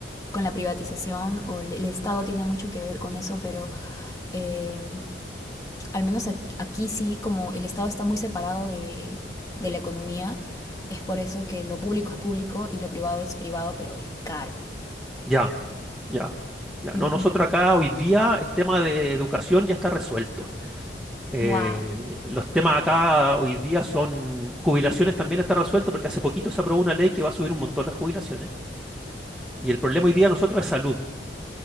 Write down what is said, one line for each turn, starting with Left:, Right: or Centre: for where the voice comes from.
Left: con la privatización o el el Estado tiene mucho que ver con eso, pero... em, al menos aquí, aquí sí, como el Estado está muy separado de, de la economía, es por eso que lo público es público y lo privado es privado, pero es caro.
Centre: Ya, ya, ya.
Left: Ujú.
Centre: No, nosotros acá hoy día el tema de educación ya está resuelto. Eh,
Left: Wow,
Centre: los temas acá hoy día son jubilaciones también está resuelto porque hace poquito se aprobó una ley que va a subir un montón las jubilaciones y el problema hoy día de nosotros es salud.